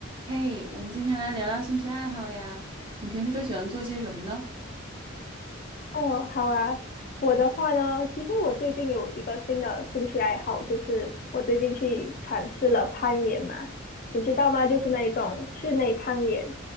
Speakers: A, on the right; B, on the left.
A: 嘿，我们今天来聊聊兴趣爱好呀。你平时都喜欢做些什么呢？
B: 哦，好啊。我的话呢，其实我最近有一个新的兴趣爱好，就是我最近去尝试了攀岩嘛，你知道吗？就是那一种室内攀岩。